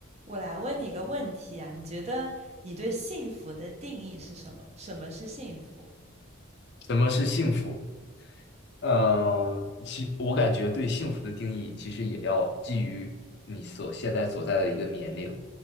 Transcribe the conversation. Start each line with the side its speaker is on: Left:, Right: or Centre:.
Right: 我来问你一个问题啊，你觉得你对幸福的定义是什么？什么是幸福？
Left: 什么是幸福？嗯，其我感觉对幸福的定义其实也要基于你所现在所在的一个年龄，